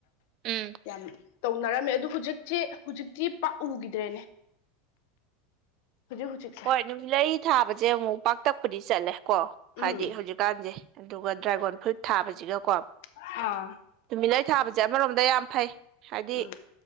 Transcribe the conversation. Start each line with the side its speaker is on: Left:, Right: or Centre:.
Right: ꯎꯝ
Left: ꯌꯥꯝ ꯇꯧꯅꯔꯝꯃꯦ ꯑꯗꯨ ꯍꯧꯖꯤꯛꯁꯤ ꯍꯧꯖꯤꯛꯇꯤ ꯄꯥꯛꯎꯈꯤꯗ꯭ꯔꯦꯅꯦ ꯍꯧꯖꯤꯛ ꯍꯧꯖꯤꯛ
Right: ꯍꯣꯏ ꯅꯨꯃꯤꯠꯂꯩ ꯊꯥꯕꯁꯦ ꯑꯃꯨꯛ ꯄꯥꯛꯇꯛꯄꯨꯗꯤ ꯆꯠꯂꯦꯀꯣ
Left: ꯎꯝ
Right: ꯍꯥꯏꯗꯤ ꯍꯧꯖꯤꯛꯀꯥꯟꯁꯦ ꯑꯗꯨꯒ ꯗ꯭ꯔꯥꯒꯣꯟ ꯐ꯭ꯔꯨꯠ ꯊꯥꯕꯁꯤꯒꯀꯣ
Left: ꯑꯥ
Right: ꯅꯨꯨꯃꯤꯠꯂꯥꯏ ꯊꯥꯕꯁꯦ ꯑꯃꯔꯣꯝꯗ ꯌꯥꯝ ꯐꯩ ꯍꯥꯏꯗꯤ
Left: ꯎꯝ